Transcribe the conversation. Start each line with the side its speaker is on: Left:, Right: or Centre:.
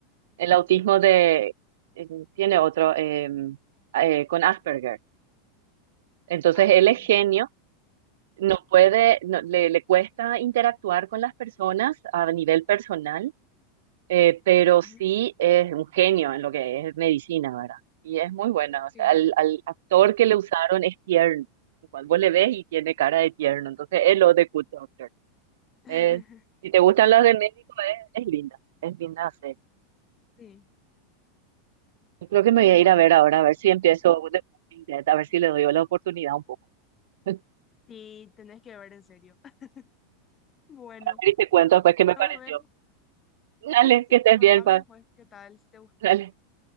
Right: el autismo de, eh, tiene otro, eh, eh, con Asperger. Entonces
Left: Asperger,
Right: él es genio
Left: sí.
Right: no puede, no- le, le cuesta interactuar con las personas a nivel personal, eh, pero
Left: Ujú.
Right: sí es un genio en lo que es medicina, ¿verdad? Y es muy buena, o sea,
Left: Sí,
Right: al, al actor que le usaron es tierno, igual vos le ves y tiene cara de tierno, entonces es lo de Good Doctor.
Left: <laughs>
Right: Es- si te gustan las de médico, es, es linda, es linda hacer.
Left: sí.
Right: Yo creo que me
Left: Y
Right: voy
Left: bueno,
Right: a ir a ver ahora, a ver si empiezo The Walking Dead, a ver si le doy la oportunidad un poco. <laughs>
Left: sí, tenés que ver en serio. <laughs> Bueno,
Right: A ver y te cuento después qué me
Left: nos
Right: pareció.
Left: vemos.
Right: Dale,
Left: Sí,
Right: que estés
Left: contame
Right: bien, pa.
Left: después qué tal, si te gusta.
Right: Dale.